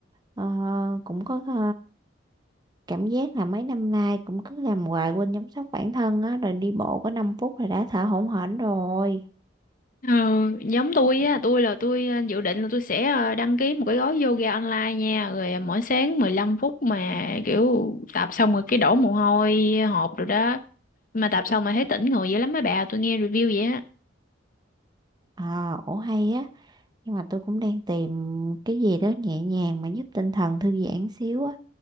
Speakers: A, on the right; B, on the left.
A: Ờ, cũng có ờ, cảm giác là mấy năm nay cũng cứ làm hoài quên chăm sóc bản thân á, rồi đi bộ có 5 phút là đã thở hổn hển rồi.
B: Ờ, giống tôi á, tôi là tôi ờ, dự định là tôi sẽ ờ, đăng ký một cái gói yoga online nha, rồi ờ, mỗi sáng 15 phút mà kiểu tập xong rồi cái đổ mồ hôi hột rồi đó, mà tập xong mà thấy tỉnh người dữ lắm mấy bà tôi nghe review vậy á
A: Ờ, ổ hay á. Nhưng mà tôi cũng đang tìm cái gì đó nhẹ nhàng mà giúp tinh thần thư giãn xíu á.